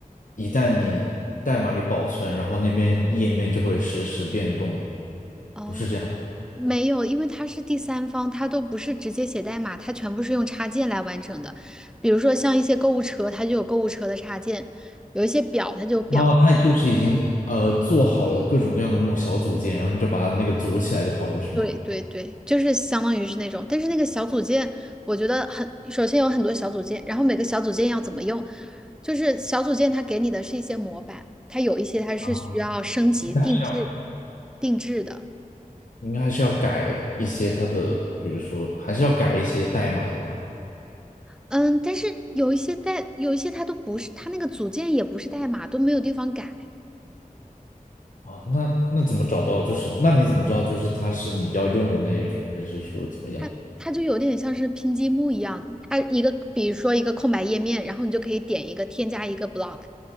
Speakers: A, on the left; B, in the centre.
A: 一旦你代码里保存，然后那边页面就会实时变动，
B: 哦，
A: 不是这样的。
B: 没有，因为它是第三方，它都不是直接写代码，它全部是用插件来完成的。比如说像一些购物车，它就有购物车的插件；有一些表，它就有表的。
A: 哦，它就是已经呃做好了各种各样的那种小组件，然后你就把它那个组起来就好了，是吗？
B: 对对对，就是相当于是那种。但是那个小组件，我觉得很，首先有很多小组件，然后每个小组件要怎么用，就是小组件它给你的是一些模板，它有一些它是需要升级定制
A: 啊，那还是要，
B: 定制的。
A: 应该还是要改一些它的，比如说还是要改一些代码的吧。
B: 嗯，但是有一些代，有一些它都不是，它那个组件也不是代码，都没有地方改。
A: 啊，那那怎么找到？就是那你怎么知道就是它是你要用的那一种，还是说怎么样？
B: 它它就有点像是拼积木一样，它一个比如说一个空白页面，然后你就可以点一个添加一个 block，